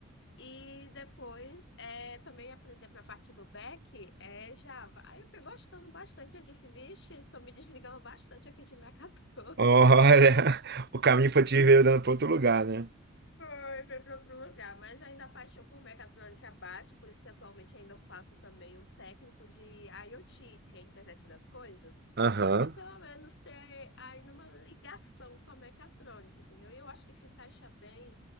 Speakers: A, on the left (about 55°); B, on the right (about 50°).
A: E depois é, também aprender para a parte do back é Java. Aí eu fui gostando bastante. Eu disse, vixe, estou me desligando bastante aqui de mecatrônica.
B: Olha, <laughs> o caminho para te ver dando para outro lugar, né?
A: Foi, foi para outro lugar, mas ainda a paixão por mecatrônica bate, por isso que atualmente ainda faço também um técnico de IoT, que é a internet das coisas,
B: Aham.
A: só para pelo menos ter ainda uma ligação com a mecatrônica, entendeu? E eu acho que se encaixa bem